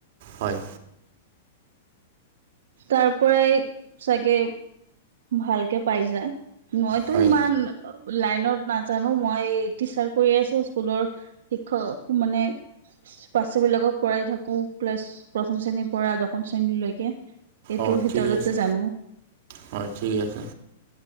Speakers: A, on the right (about 55°); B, on the right (about 75°).
A: হয়।
B: তাৰপৰাই চাগে ভালকে পাই যায় মইতো
A: হয়
B: ইমান লাইনত নাজানো, মই টিচাৰ কৰি আছো স্কুলৰ। শিক্ষক মানে পঢ়াই থাকো ক্লাছ প্ৰথম শ্ৰেণীৰ পৰা দশম শ্ৰেণীলৈকে। এইটোৰ
A: অ',
B: ভিতৰতে
A: ঠিকে আছে,
B: জানো।
A: হয়, ঠিক আছে।